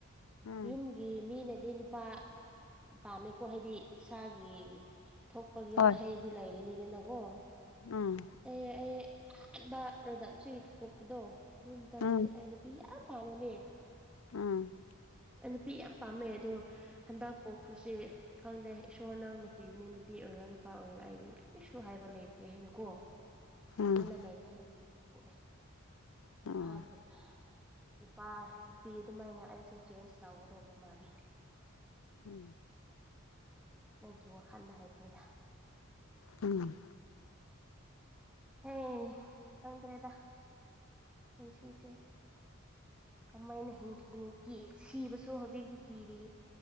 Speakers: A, on the left (about 80°); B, in the centre.
A: ꯎꯝ
B: ꯌꯨꯝꯒꯤ ꯃꯤꯅꯗꯤ ꯅꯨꯄꯥ ꯄꯥꯝꯃꯤꯀꯣ ꯍꯥꯏꯗꯤ ꯏꯁꯥꯒꯤ ꯊꯣꯛꯄꯒꯤ
A: ꯍꯣꯏ
B: ꯃꯍꯩꯗꯤ ꯂꯩꯒꯅꯤꯗꯅꯀꯣ
A: ꯎꯝ
B: ꯑꯦ ꯑꯩ ꯑꯍꯥꯟꯕ ꯔꯣꯗꯥꯝ ꯁ ꯄꯣꯛꯄꯗꯣ ꯑꯗꯨꯣꯏ ꯃꯇꯝꯗꯗꯤ
A: ꯎꯝ
B: ꯑꯩ ꯅꯨꯄꯤ ꯌꯥꯝ ꯄꯥꯝꯃꯅꯦ
A: ꯎꯝ
B: ꯅꯨꯄꯤ ꯌꯥꯝ ꯄꯥꯝꯃꯦ ꯑꯗꯣ ꯍꯟꯗꯛ ꯄꯣꯛꯄꯁꯦ ꯈꯪꯗꯦ ꯏꯁꯣꯔ ꯅꯪ ꯅꯄꯤꯕꯅꯤ ꯅꯨꯄꯤ ꯑꯣꯏꯒꯦꯔꯥ ꯅꯨꯄꯥ ꯑꯣꯏꯒꯦꯔꯥ ꯑꯩꯗꯤ ꯀꯔꯤꯁꯨ ꯍꯥꯏꯕ ꯂꯩꯇ꯭ꯔꯦ ꯍꯥꯏꯅ ꯀꯣ
A: ꯎꯝ
B: ꯍꯜꯂ ꯂꯩꯅꯦ ꯂꯣꯏꯅꯄꯤ ꯄꯣꯛꯑꯦ
A: ꯎꯝ
B: ꯑꯥꯟꯕꯥꯟꯕꯗ ꯅꯨꯄꯥ ꯅꯨꯄꯤ ꯑꯗꯨꯃꯥꯏꯅ ꯑꯩꯁꯦ ꯆꯦꯟꯖ ꯇꯧꯒꯗꯧꯕ ꯃꯥꯜꯂꯦ
A: ꯎꯝ
B: ꯑꯩꯒꯤ ꯋꯥꯈꯜꯗ ꯍꯥꯏꯕꯅꯤꯗ
A: ꯎꯝ
B: ꯍꯦ ꯈꯪꯗ꯭ꯔꯦꯗ ꯄꯨꯟꯁꯤꯁꯦ ꯀꯃꯥꯏꯅ ꯍꯤꯡꯈꯤꯅꯤ ꯁꯤꯕꯁꯨ ꯍꯧꯖꯤꯛꯇꯤ ꯀꯤꯔꯤ